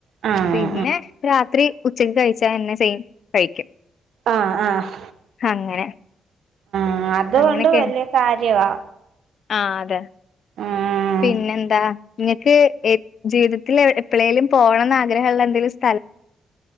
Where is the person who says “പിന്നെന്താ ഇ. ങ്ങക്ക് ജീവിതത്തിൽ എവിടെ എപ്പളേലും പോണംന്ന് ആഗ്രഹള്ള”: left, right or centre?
Left